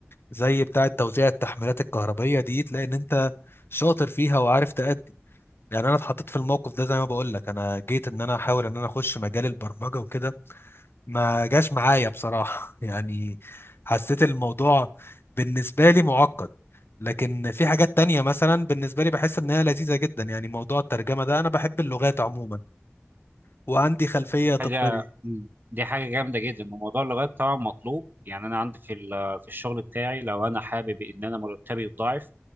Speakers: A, on the left (about 55°); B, on the right (about 45°).
A: زي بتاعة توزيع التحميلات الكهربية دي تلاقي ان انت شاطر فيها وعارف تأدي يعني انا اتحطيت في الموقف ده زي ما بقول لك انا جيت ان انا احاول ان انا اخش مجال البرمجه وكده ما جاش معايا بصراحه <laughs> يعني حسيت الموضوع بالنسبه لي معقد لكن في حاجات تانية مثلا بالنسبه لي بحس ان هي لذيذه جدا يعني موضوع الترجمه ده انا بحب اللغات عموما وعندي خلفيه
B: دي
A: طبيه
B: حاجة مم. دي حاجة جامدة جدا وموضوع اللغات طبعا مطلوب يعني أنا عندي في ال- في الشغل بتاعي لو أنا حابب إن أنا مرتبي يتضاعف